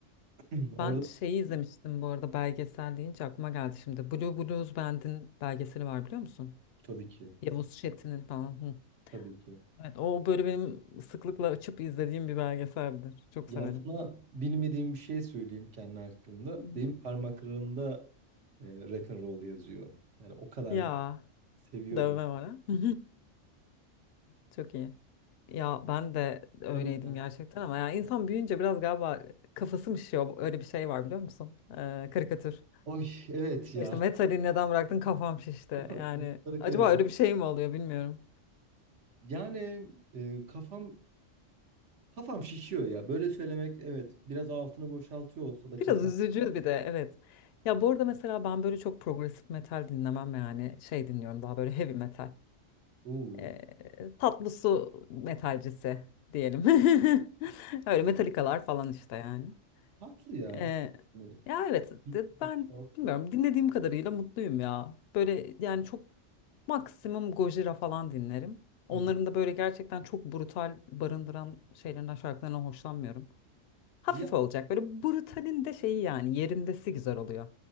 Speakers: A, on the right; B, on the left.
A: <clears throat> Orada
B: Ben şeyi izlemiştim bu arada belgesel deyince aklıma geldi şimdi. Blue Blues Band'in belgeseli var biliyor musun?
A: tabii ki.
B: Yavuz Çetin'in falan. Hı.
A: Tabii ki.
B: Evet, o böyle benim sıklıkla açıp izlediğim bir belgeseldir. Çok
A: Ya
B: severim.
A: sana bilmediğim bir şey söyleyeyim kendi hakkımda.
B: Hı.
A: Benim parmaklarımda e, rock and roll yazıyor. Yani o kadar
B: Ya
A: seviyordum.
B: dövme var ha. <laughs> Çok iyi. Ya ben de öyleydim
A: Tabii ki.
B: gerçekten ama ya insan büyüyünce biraz galiba kafası mı şişiyor? Öyle bir şey var biliyor musun? Ee, karikatür.
A: Oy evet ya.
B: İşte metali neden bıraktın kafam şişti.
A: <laughs>
B: Yani
A: Bunlara
B: acaba
A: kıyamam.
B: öyle bir şey mi oluyor bilmiyorum.
A: Yani e, kafam kafam şişiyor ya. Böyle söylemek evet biraz altını boşaltıyor olsa da
B: Biraz
A: kafam
B: üzücü bir de evet. Ya bu arada mesela ben böyle çok progresif metal dinlemem yani şey dinliyorum daha böyle heavy metal.
A: Oo,
B: Ee, tatlı su metalcisi diyelim. <laughs> Öyle metalikalar falan işte yani.
A: tatlı ya.
B: Ee,
A: Hani
B: ya evet
A: Big-
B: de-
A: Big
B: ben
A: Four.
B: bilmiyorum dinlediğim kadarıyla mutluyum ya. Böyle yani çok maksimum Gojira falan dinlerim. Onların
A: Hı hı.
B: da böyle gerçekten çok brutal barındıran şeylerinden şarkılarından hoşlanmıyorum. Hafif
A: Ya
B: olacak. Böyle brutalin de şeyi yani yerindesi güzel oluyor.